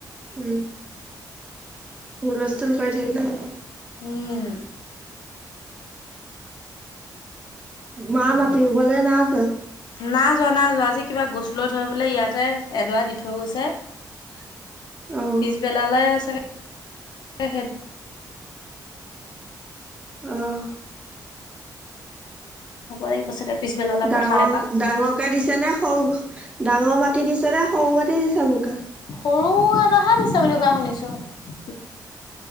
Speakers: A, on the right; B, on the left.
A: উম, হুলস্থুল কৰি থাকিলে
B: উম।
A: মা মাতিবলে নাই যোৱা।
B: না যোৱা, নাই যোৱা, আজি কিবা গছ লৈ থৈ বোলে ইয়াতে এডৰা দি থৈ গৈছে।
A: <inaudible> অ',
B: পিছ বেলালে চাগে <unintelligible> উম,
A: অ',
B: হব লাগিব চাগে? পিছবেলালে
A: ডাঙৰ-ডাঙৰকে
B: পথাৰ এপাক।
A: দিছে নে সৰু-ডাঙৰ মাটি দিছে নে? খমাতি দিছা বোকা।
B: সৰু এদহা দিছে বুলি কোৱা শুনিছো।